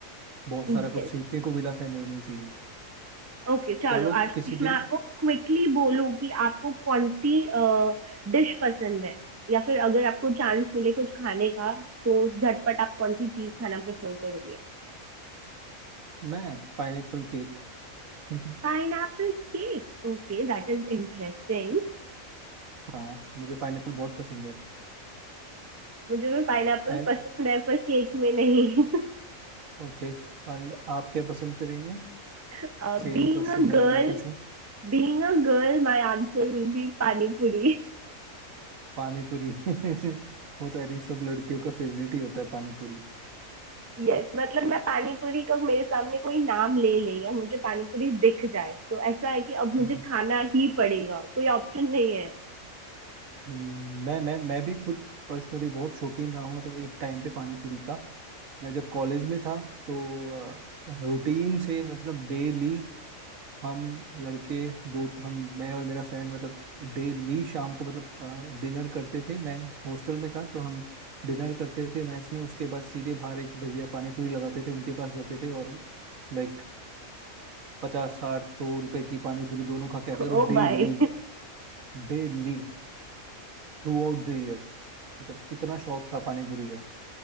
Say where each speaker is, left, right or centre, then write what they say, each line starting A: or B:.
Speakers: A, on the right (about 80°); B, on the right (about 15°).
A: बहुत
B: यस
A: सारा कुछ सीखने को मिला था नई नई चीजें
B: ओके okay, चलो
A: चलो
B: आशीष
A: किसी दिन
B: मैं आपको क्विकली बोलूं कि आपको कौन सी डिश पसंद है या फिर अगर आपको चांस मिले कुछ खाने का तो झटपट आप कौन सी चीज खाना प्रेफर करोगे
A: मैं पाइनएप्पल केक <laughs>
B: Pineapple cake okay that is interesting
A: हाँ मुझे पाइनएप्पल बहुत पसंद है
B: मुझे भी पाइन एप्पल
A: एंड
B: पसंद है पर केक में नहीं
A: ओके और आप क्या पसंद करेंगे
B: <laughs>
A: सेम
B: Being
A: क्वेश्चन
B: a girl
A: अगर मैं पूछूं
B: being a girl my answer will be pani puri
A: पानी पूरी <laughs> वो तो आई थिंक सब लड़कियों का फेवरेट ही होता है पानी पूरी
B: Yes मतलब मैं पानीपुरी का मेरे सामने कोई नाम ले ले या मुझे पानीपुरी दिख जाए तो ऐसा है कि अब मुझे
A: हम्म,
B: खाना ही पड़ेगा कोई ऑप्शन नहीं है
A: <laughs> मैं मैं मैं भी खुद पर्सनली बहुत शौकीन रहा हूँ मतलब एक टाइम पे पानी पूरी का मैं जब कॉलेज में था तो रूटीन से मतलब डेली हम लड़के दो हम मैं और मेरा फ्रेंड मतलब डेली शाम को मतलब डिनर करते थे मैं हॉस्टल में था तो हम डिनर करते थे मैस में उसके बाद सीधे बाहर एक भैया पानी पूरी लगाते थे उनके पास जाते थे और लाइक पचास साठ सौ रुपए की पानी पूरी दोनों खा के आते
B: ओ
A: थे और daily
B: भाई
A: daily throughout the year मतलब इतना शौक था पानी पूरी का